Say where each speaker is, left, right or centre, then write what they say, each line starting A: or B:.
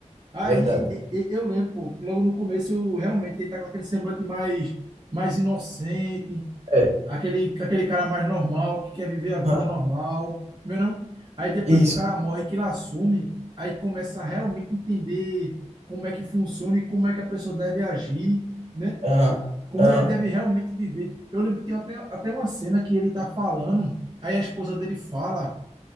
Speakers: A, on the right; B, on the right.
A: Aí
B: é verdade.
A: e- e- eu lembro, pô, logo no começo, realmente ele tá com aquele semblante mais, mais inocente,
B: É.
A: aquele, aquele cara mais normal, que quer viver a vida
B: Aham,
A: normal, não é não? Aí depois
B: Isso.
A: que o cara morre, que ele assume, aí começa a realmente entender como é que funciona e como é que a pessoa deve agir, né?
B: Aham.
A: como
B: Aham.
A: ele deve realmente viver. Eu lembro que tem até, até uma cena que ele tá falando, aí a esposa dele fala,